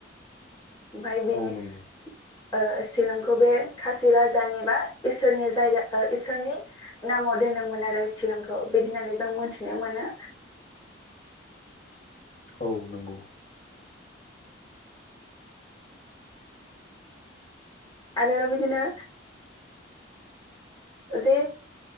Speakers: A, on the left; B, on the left.
A: ओमफाय बेनि
B: औ नंगौ
A: ओ‌ शिलंखौ बे खासि राजानि बा इसोरनि जायगा इसोरनि नामाव दोनदोंमोन आरो शिलंखौ बेदि होननानै जों मोनथिनो मोनो
B: औ नंगौ
A: आरो मिथि बिदिनो जे